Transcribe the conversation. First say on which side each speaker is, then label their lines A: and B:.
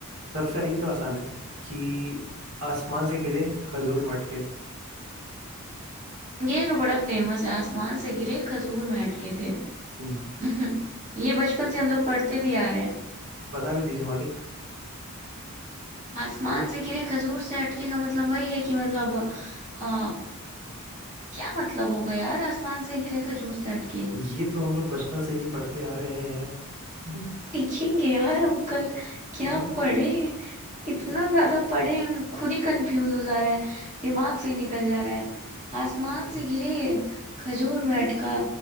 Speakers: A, on the right; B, on the right.
A: सबसे ये तो आसान है कि आसमान से गिरे खजूर मटके
B: ये तो बड़ा फेमस है आसमान से गिरे खजूर में अटके थे
A: हम्म
B: <laughs> ये बचपन से हम लोग पढ़ते भी आ रहे हैं
A: बता भी दीजिए मालिक
B: आसमान से गिरे खजूर से अटके का मतलब वही है कि मतलब आ, क्या मतलब होगा यार आसमान से गिरे खजूर से अटके
A: ये तो हम लोग बचपन से ही पढ़ते आ रहे हैं <laughs>
B: लिखेंगे यार अंकल क्या
A: हाँ
B: पढ़े हैं? इतना ज्यादा पढ़े हैं, हम खुद ही कंफ्यूज हो जा रहे हैं दिमाग से ही निकल जा रहा है आसमान
A: हम्म,
B: से गिरे खजूर में अटका